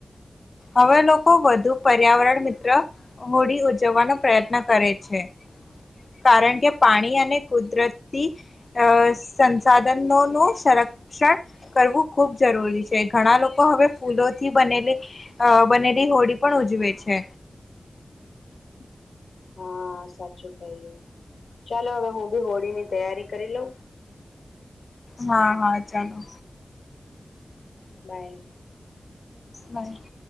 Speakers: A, on the left; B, on the left.
A: હવે લોકો વધુ પર્યાવરણ મિત્ર હોળી ઉજવવાનો પ્રયત્ન કરે છે કારણ કે પાણી અને કુદરતી અ સંસાધનોનુંું સંરક્ષણ કરવું ખૂબ જરૂરી છે ઘણા લોકો હવે ફૂલો થી બનેલી બનેલી હોડી પણ ઉજવે છે
B: <inaudible> હા સાચું કહ્યું ચાલો હવે હું બી હોળીની તૈયારી કરી લઉં
A: હા હા ચાલો
B: બાય.
A: બાય.